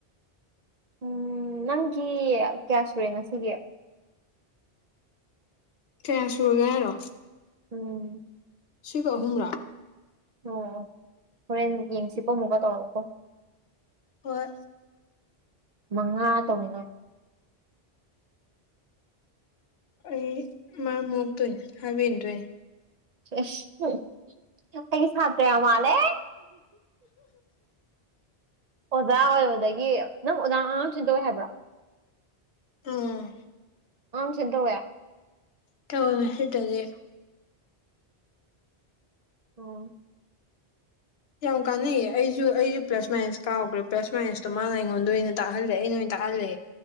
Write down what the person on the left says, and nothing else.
ꯀꯌꯥ ꯁꯨꯔꯒꯦ ꯍꯥꯏꯔꯣ
ꯁꯤꯒ ꯑꯍꯨꯝꯔꯥ
ꯍꯣꯏ
ꯑꯩ ꯃꯥꯔꯝ ꯃꯣꯛꯇꯣꯏꯅꯦ ꯍꯥꯏꯕ ꯏꯟꯗꯣꯏꯅꯦ
ꯎꯝ
ꯇꯧꯋꯦ ꯍꯥꯏꯗꯧꯋꯦ
ꯌꯥꯝ ꯀꯥꯟꯅꯩ ꯑꯩꯁꯨ ꯑꯩꯁꯨ ꯄ꯭ꯂꯁ ꯃꯥꯏꯅꯁ ꯀꯥꯎꯈ꯭ꯔꯦ ꯄ꯭ꯂꯁ ꯃꯥꯏꯅꯁꯇꯣ ꯃꯥꯅ ꯑꯩꯉꯣꯟꯗ ꯑꯣꯏꯅ ꯇꯥꯛꯍꯜꯂꯦ ꯑꯩꯅ ꯑꯣꯏꯅ ꯇꯥꯛꯍꯜꯂꯦ